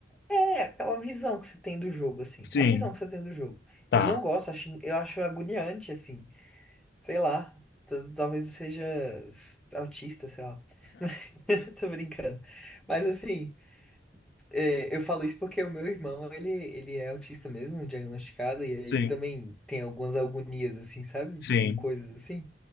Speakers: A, in the centre; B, on the left.
A: É, é, aquela visão que você tem do jogo, assim.
B: Sim,
A: A visão que você tem do jogo.
B: tá.
A: Eu não gosto, acho, eu acho agoniante, assim. Sei lá, t- talvez eu seja s- autista, sei lá. <laughs> Mas <laughs> tô brincando. Mas assim, é, eu falo isso porque o meu irmão, ele, ele é autista mesmo, diagnosticado, e ele
B: Sim.
A: também tem algumas agonias, assim, sabe?
B: Sim,
A: Com coisas assim.